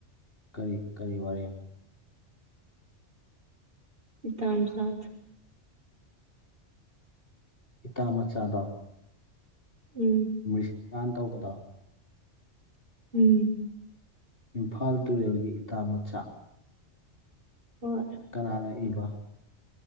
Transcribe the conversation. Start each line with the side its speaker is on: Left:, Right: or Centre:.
Left: ꯀꯔꯤ ꯀꯔꯤ ꯋꯔꯦ꯫
Right: ꯏꯇꯥꯝꯆꯥ ꯫
Left: ꯏꯇꯥ ꯃꯆꯥꯗꯣ꯫
Right: ꯎꯝ
Left: ꯃꯔꯤꯁꯀꯥꯟ ꯇꯧꯕꯗꯣ꯫
Right: ꯎꯝ
Left: ꯏꯝꯐꯥꯜ ꯇꯨꯔꯦꯜꯒꯤ ꯏꯇꯥ ꯃꯆꯥ
Right: ꯍꯣꯏ꯫
Left: ꯀꯅꯥꯅ ꯏꯕ?